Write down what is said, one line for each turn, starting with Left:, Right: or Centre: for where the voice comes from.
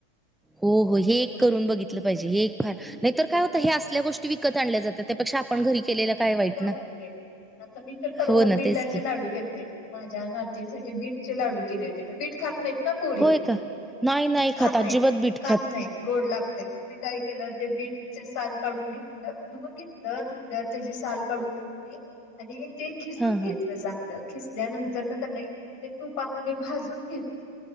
Centre: हो हो हे
Left: एकदा
Centre: एक
Left: तर
Centre: करून
Left: मी
Centre: बघितलं पाहिजे हे फ नाहीतर
Left: हो
Centre: काय होतं हे असल्या गोष्टी विकत आणल्या जाततात त्यापेक्षा आपण घरी केलेलं काय वाईट
Left: घरात
Centre: ना
Left: केलं. आता मी तर परवा
Centre: हो ना,
Left: बिटाचे
Centre: तेच की.
Left: लाडू केलते माझ्या नातिसाठी बीटचे लाडू केले होते बीट खात नाहीत ना पोरी
Centre: होय का? नाही, नाही
Left: खात
Centre: अजिबात
Left: नाहीत
Centre: बीट
Left: खात नाहीत गोड लाग मग मी काय केलं ते बीटच साल काढून घेतलं धुवून घेतलं धुतल्यावर त्याची साल काढून घेतली आणि ते खिसून
Centre: हां, हां.
Left: घेतलं चांगलं खिसल्यानंतर न कनी ते तुपामध्ये भाजून घेतलं